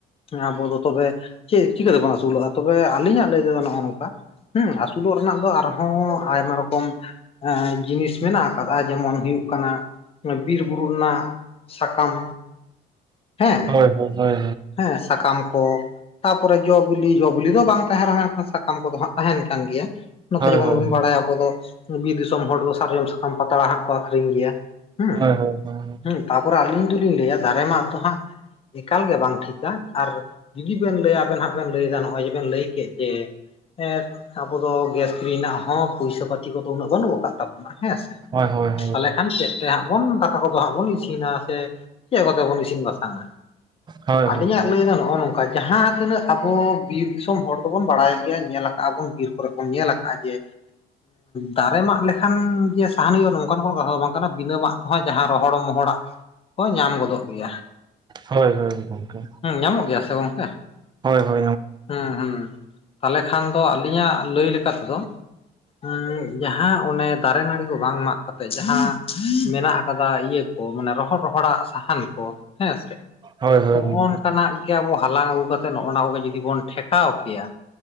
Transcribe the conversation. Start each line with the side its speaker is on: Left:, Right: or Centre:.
Left: ᱟᱵᱚ ᱫᱚ ᱛᱚᱵᱮ ᱪᱮᱫ ᱪᱤᱠᱟᱹᱛᱮᱵᱚᱱ ᱟᱹᱥᱩᱞᱚᱜᱼᱟ? ᱛᱚᱵᱮ ᱟᱹᱞᱤᱧᱟᱜ ᱞᱟᱹᱭ ᱛᱮᱫᱚ ᱱᱚᱜᱚ ᱱᱚᱝᱠᱟ ᱦᱮᱸ ᱟᱹᱥᱩᱞᱚᱜ ᱨᱮᱱᱟᱜ ᱫᱚ ᱟᱨᱦᱚᱸ ᱟᱭᱢᱟ ᱨᱚᱠᱚᱢ ᱡᱤᱱᱤᱥ ᱢᱮᱱᱟᱜ ᱟᱠᱟᱫᱟ᱾ ᱡᱮᱢᱚᱱ ᱦᱩᱭᱩᱜ ᱠᱟᱱᱟ ᱵᱤᱨ ᱵᱩᱨᱩ ᱨᱮᱱᱟᱜ ᱥᱟᱠᱟᱢ ᱦᱮᱸ
Right: ᱦᱳᱭ ᱦᱳᱭ ᱦᱳᱭ
Left: ᱦᱮᱸ ᱥᱟᱠᱟᱢ ᱠᱚ ᱛᱟᱯᱚᱨᱮ ᱡᱚ ᱵᱤᱞᱤ ᱡᱚ ᱵᱤᱞᱤ ᱫᱚ ᱵᱟᱝ ᱛᱟᱸᱦᱮᱱ ᱨᱮᱦᱚᱸ, ᱥᱟᱠᱟᱢ ᱠᱚᱫᱚ ᱦᱟᱸᱜ ᱛᱟᱦᱮᱱ ᱠᱟᱱ ᱜᱮᱭᱟ᱾ ᱱᱚᱛᱮ
Right: ᱦᱳᱭ
Left: ᱡᱮᱢᱚᱱ
Right: ᱦᱳᱭ
Left: ᱵᱚᱱ ᱵᱟᱲᱟᱭᱟ ᱟᱵᱚ ᱫᱚ ᱵᱤᱨ ᱫᱤᱥᱚᱢ ᱦᱚᱲ ᱫᱚ ᱥᱟᱨᱡᱚᱢ ᱥᱟᱠᱟᱢ ᱯᱟᱛᱲᱟ ᱦᱟᱸᱜ ᱠᱚ ᱟᱹᱠᱷᱨᱤᱧ ᱜᱮᱭᱟ᱾ ᱦᱮᱸᱻ
Right: ᱦᱳᱭ ᱦᱳᱭ ᱦᱳᱭ
Left: ᱦᱮᱸᱻ ᱛᱟᱨᱯᱚᱨᱮ ᱟᱹᱞᱤᱧ ᱫᱚᱞᱤᱧ ᱞᱟᱹᱭᱟ ᱫᱟᱨᱮ ᱢᱟᱜ ᱫᱚ ᱦᱟᱸᱜ ᱮᱠᱟᱞ ᱜᱮ ᱵᱟᱝ ᱴᱷᱤᱠᱟ ᱟᱨ ᱡᱩᱫᱤ ᱵᱮᱱ ᱞᱟᱹᱭᱟ ᱟᱵᱮᱱ ᱦᱟᱜ ᱵᱮᱱ ᱞᱟᱹᱭᱫᱟ ᱱᱚᱜᱼᱚᱭ ᱡᱮᱵᱮᱱ ᱞᱟᱹᱭ ᱠᱮᱫ ᱡᱮ ᱦᱮᱸ ᱟᱵᱚ ᱫᱚ ᱜᱮᱥ ᱠᱤᱨᱤᱧ ᱨᱮᱱᱟᱜ ᱦᱚᱸ ᱯᱩᱭᱥᱟᱹ-ᱯᱟᱹᱛᱤ ᱠᱚᱫᱚ ᱩᱱᱟᱹᱜ ᱫᱚ ᱵᱟᱹᱱᱩᱜ ᱟᱠᱟᱫ ᱛᱟᱵᱚᱱᱟ ᱦᱮᱸ ᱥᱮ ᱾
Right: ᱦᱳᱭ-ᱦᱳᱭ
Left: ᱛᱟᱦᱚᱞᱮ ᱠᱷᱟᱱ ᱪᱮᱫ ᱛᱮ ᱦᱟᱸᱜ ᱵᱚᱱ ᱫᱟᱠᱟ ᱠᱚᱫᱚ ᱦᱟᱸᱜ ᱵᱚᱱ ᱤᱥᱤᱱᱟ ᱥᱮ ᱪᱮᱫ ᱠᱚᱛᱮ ᱵᱚᱱ ᱤᱥᱤᱱ ᱵᱟᱥᱟᱝ-ᱟ?
Right: ᱦᱳᱭ ᱦᱳᱭ
Left: ᱟᱹᱞᱤᱧᱟᱜ ᱞᱟᱹᱭ ᱫᱚ ᱱᱚᱜ-ᱚᱭ ᱱᱚᱝᱠᱟ ᱡᱟᱸᱦᱟ ᱛᱤᱱᱟᱹᱜ ᱟᱵᱚ ᱵᱤᱨ ᱫᱤᱥᱚᱢ ᱦᱚᱲ ᱠᱚᱵᱚᱱ ᱵᱟᱲᱟᱭ ᱜᱮᱭᱟ ᱧᱮᱞ ᱟᱠᱟᱜ ᱟᱵᱚᱱ ᱵᱤᱨ ᱠᱚᱨᱮ ᱵᱚᱱ ᱧᱮᱞ ᱟᱠᱟᱜᱼᱟ ᱡᱮ ᱫᱟᱨᱮ ᱢᱟᱜ ᱞᱮᱠᱷᱟᱱ ᱜᱮᱥ ᱥᱟᱦᱟᱱ ᱦᱩᱭᱩᱜᱼᱟ ᱱᱚᱝᱠᱟᱱ ᱠᱚᱱᱚ ᱠᱟᱛᱷᱟ ᱫᱚ ᱵᱟᱝ ᱠᱟᱱᱟ ᱵᱤᱱᱟᱹᱢᱟᱜ ᱛᱮᱦᱚ ᱡᱟᱸᱦᱟ ᱨᱚᱦᱚᱲ ᱢᱚᱦᱚᱲᱟᱜ ᱠᱚ ᱧᱟᱢ ᱜᱚᱫᱚᱜ ᱜᱮᱭᱟ᱾
Right: ᱦᱳᱭ-ᱦᱳᱭ ᱜᱚᱝᱠᱮ᱾
Left: ᱦᱩᱸ ᱧᱟᱢᱚᱜ ᱜᱮᱭᱟ ᱥᱮ ᱜᱚᱝᱠᱮ
Right: ᱦᱳᱭ-ᱦᱳᱭ᱾
Left: ᱦᱩᱸ-ᱦᱩᱸ ᱛᱟᱦᱚᱞᱮ ᱠᱷᱟᱱ ᱫᱚ ᱟᱹᱞᱤᱧᱟᱜ ᱞᱟᱹᱭ ᱞᱮᱠᱟ ᱛᱮᱫᱚ ᱦᱮᱸ ᱡᱟᱸᱦᱟ ᱚᱱᱮ ᱫᱟᱨᱮ ᱱᱟᱹᱲᱤ ᱠᱚ ᱵᱟᱝ ᱢᱟᱜ ᱠᱟᱛᱮ ᱡᱟᱸᱦᱟ ᱢᱮᱱᱟᱜ ᱟᱠᱟᱫᱟ ᱤᱭᱟᱹ ᱠᱚ ᱢᱟᱱᱮ ᱨᱚᱦᱚᱲ- ᱨᱚᱦᱚᱲᱟᱜ ᱥᱟᱦᱟᱱ ᱠᱚ ᱦᱮᱸ ᱥᱮ
Right: ᱦᱳᱭ ᱦᱳᱭ
Left: ᱱᱚᱜᱼ
Right: ᱜᱚᱝᱠᱮ
Left: ᱱᱚᱝᱠᱟᱱᱟᱜ ᱾ ᱟᱵᱚ ᱦᱟᱞᱟᱝ ᱟᱹᱜᱩ ᱠᱟᱛᱮ ᱱᱚᱜᱼᱚ ᱱᱟ ᱠᱚᱜᱮ ᱡᱩᱫᱤ ᱵᱚᱱ ᱴᱷᱮᱠᱟᱣ ᱠᱮᱭᱟ